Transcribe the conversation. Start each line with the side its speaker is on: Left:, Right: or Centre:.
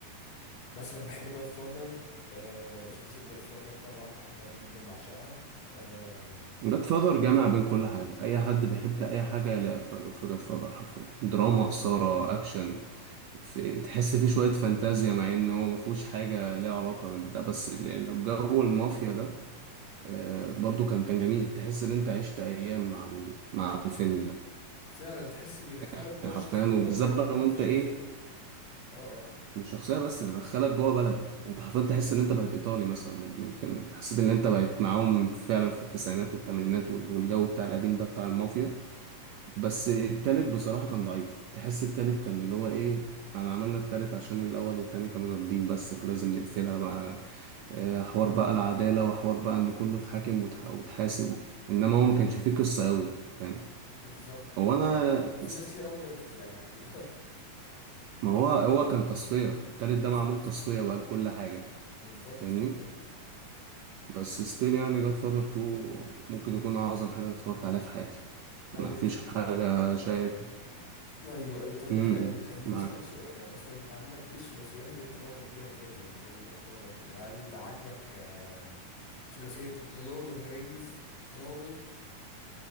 Left: مثلا بحب جاد فاذر ثلاثية جاد فاذر طبعا بحبها جدا بعشقها آه،
Right: جاد فاذر جامع بين كل حاجة أي حد بيحب أي حاجة يلاقيها في في جاد فاذر حرفيا دراما إثارة أكشن في تحس فيه شوية فانتازيا مع إن هو مفهوش حاجة ليها علاقة بالبتاع بس ال- ال- جو المافيا ده آه، برضو كان كان جميل تحس إن أنت عشت أيام مع ال- مع الفيلم ده
Left: فعلا تحس بيدخلك
Right: يعني
Left: جوه الشخصية
Right: حرفيا
Left: وبيحببك
Right: وبالذات بقى لو أنت
Left: في الشخصية
Right: إيه
Left: اه اه
Right: مش شخصية بس ده دخلك جوه بلد أنت حرفيا تحس إن أنت بقيت إيطالي مثلا من من الفيلم ده حسيت إن أنت بقيت معاهم فعلا في التسعينات والثمانينات والجو بتاع القديم ده بتاع المافيا بس التالت بصراحة كان ضعيف تحس التالت كان اللي هو ايه انا عملنا التالت عشان الاول والتاني كانوا جامدين بس فلازم نقفلها بقى آه، حوار بقى العدالة وحوار بقى ان كله اتحاكم وتح- وتحاسب و- انما هو ما كانش فيه قصة قوي فاهم
Left: بالظبط و-
Right: هو انا
Left: وكان في
Right: است...
Left: ناس كتير قوي ماتت يعني الحقيقة <laughs>
Right: ما
Left: ف-
Right: هو هو كان تصفية التالت ده
Left: بالظبط
Right: معمول تصفية بقى لكل حاجة
Left: بالظبط
Right: فاهمني
Left: بالظبط
Right: بس ستيل يعني جاد فاذر 2 ممكن يكون اعظم حاجة أنا اتفرجت عليها في حياتي
Left: طب
Right: ما
Left: انت
Right: فيش حاجة شايف
Left: ايوه اي طب انت
Right: م-
Left: يعني
Right: م،
Left: خليني
Right: معاك
Left: اسالك سؤال يعني مثلا انت عندك ايه الثلاثيات اللي انت معجب بيها تاني يعني زي جاد فاذر كده هل عاجبك آه، ثلاثيه ذا لورد اوف ذا رينجز ذا هوبيت